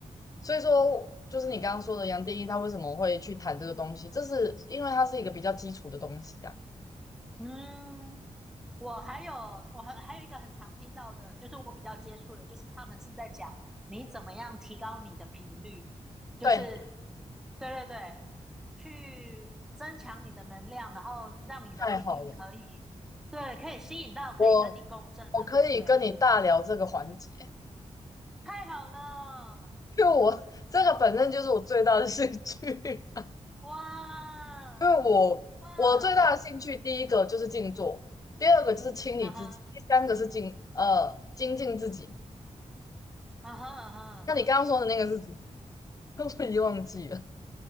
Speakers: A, on the left; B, in the centre.
A: 所以说就是你刚刚说的杨定一他为什么会去谈这个东西，这是因为它是一个比较基础的东西啊。
B: 嗯，我还有我还还有一个很常听到的，就是我比较接触的，就是他们是在讲你怎么样提高你的频率，就是
A: 对，
B: 对对对，去增强你的能量，然后让你的频率可以对，
A: 太好了，
B: 可以吸引到可以跟你共振的，
A: 我我可以跟你大聊这个环节。
B: 对，太好了，
A: 就我这个本身就是我最大的兴趣，<laughs>
B: 哇
A: 因为我我最大的兴趣，
B: 哇，
A: 第一个就是静坐，第二个就是清理自己，
B: 嗯哈
A: 第三个是精呃精进自己。
B: 啊哈啊哈啊哈，
A: 那你刚刚说的那个是什么？<laughs> 我已经忘记了。